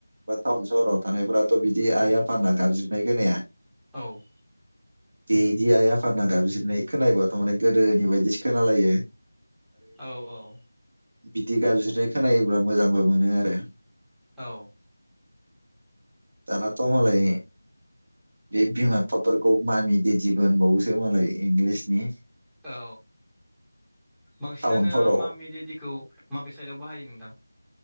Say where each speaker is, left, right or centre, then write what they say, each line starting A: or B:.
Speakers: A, on the right; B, in the centre.
A: बा टाउन सहराव थानायफोराथ' बिदि आइ आफाना गाबज्रिनाय खोनाया ।
B: औ ।
A: बेदि आइ आफा दा गाबज्रिनाय खोनाबथ' माने गोदोनि बायदिसो खोनालायो ।
B: औ औ ।
A: बिदि गाबजिनाय खोनायोब्ला मोजांबो मोनो आरो ।
B: औ ।
A: दानाथ' मालाय बे बिमा बिफाफोरखौ मामि देदि मोनबावोसो मालाय इंलिसनि
B: औ बांसिनानो
A: टाउनफोराव
B: मामि देडिखौ माबे साइदआव बाहायो नोंथां?